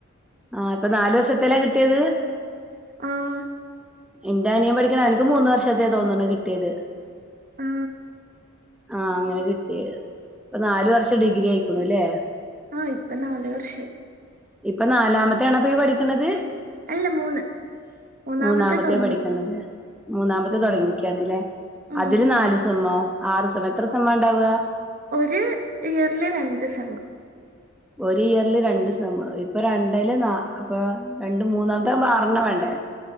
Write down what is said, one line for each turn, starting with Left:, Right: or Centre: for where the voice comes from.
Centre: ആ ഇപ്പൊ നാലു വർഷത്തെലാ കിട്ടിയത്
Right: ആഹ്
Centre: ഇന്റെ അനിയൻ പഠിക്കണ് അവന്ക്ക് മൂന്ന് വർഷത്തേ തോന്നണ് കിട്ടിയത്
Right: ആ
Centre: ആ അങ്ങനെ കിട്ടിയത് ഇപ്പൊ നാല് വർഷം ഡിഗ്രി ആയിക്കുണുല്ലേ
Right: ആ ഇപ്പൊ നാല് വർഷായി
Centre: ഇപ്പൊ നാലാമത്തെ ആണോ ഇപ്പൊ പഠിക്കണത്
Right: അല്ല മൂന്ന് മൂന്നാമത്തെ
Centre: മൂന്നാമത്തെയാ
Right: തുടങ്ങി
Centre: പഠിക്കുന്നത് മൂന്നാമത്തെ തുടങ്ങിക്കാണ്ലെ
Right: ഉം.
Centre: അതില് നാല് സെമ്മോ ആറ് സെമ്മോ എത്ര സെമ്മാണ്ടാവാ
Right: ഒരു ഇയറില് രണ്ട് സെമ്മ്
Centre: ഒരു ഇയറില് രണ്ട് സെമ്മ് ഇപ്പൊ രണ്ടേല് നാ അപ്പൊ രണ്ട് മൂന്നാമത്താവുമ്പോ ആറെണ്ണം വേണ്ടേ